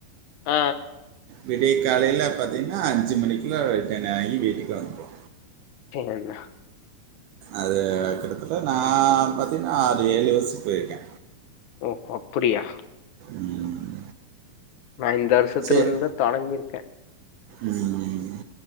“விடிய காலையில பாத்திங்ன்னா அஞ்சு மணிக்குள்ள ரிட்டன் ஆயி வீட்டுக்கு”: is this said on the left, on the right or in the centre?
Right